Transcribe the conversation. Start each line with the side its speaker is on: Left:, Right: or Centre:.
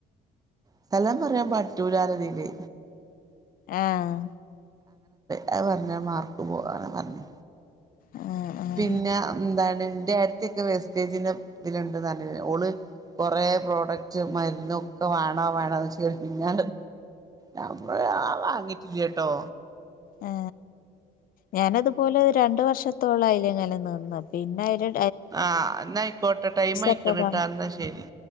Right: സ്ഥലം പറയാൻ പാടി റ്റുലാര് തില്
Left: ആഹ
Right: ഞാ പർഞ് ആ മാർക്ക് പോവാണ്ന്ന്
Left: ആഹ് ആഹ്
Right: പിന്നെ ന്താണ് ഇന്റെ ഏട്ട്ത്തിക്കെ വേസ്റ്റേജിന്റെ ഇതില്ണ്ട്ന്ന് അർഞീനി ഓള് കൊറേ പ്രോഡക്റ്റ് മരുന്നൊക്കെ വാണോ വാ ണോന്ന്ച്ച് പിന്നെ നമ്മള് ആ വാങ്ങി ഇല്ലാട്ടോ
Left: ആ ഞാനതുപോലെ ഒരു രണ്ടു വർഷത്തി ത്തോളായി ഇങ്ങനെ നിന്ന് പിന്നെ ഒരു
Right: ആ എന്നാ ആയിക്കോട്ടെ ടൈം ആയിരിക്കണ്
Left: ഒക്കെ
Right: കേട്ടോ
Left: വന്ന്
Right: അന്നാ ശെരി